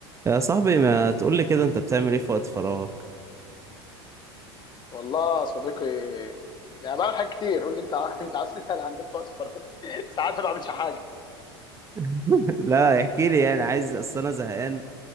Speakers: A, on the right; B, on the left.
A: يا صاحبي ما تقول لي كده انت بتعمل ايه في وقت فراغك
B: والله يا صديقي يعني بعمل حاجات كتير قول لي انت عا- <laughs> انت عايز تسال عن ايه في وقت فراغ <laughs> ساعات ما بعملش حاجه
A: <laughs> لا احكي لي يعني عايز اصل انا زهقان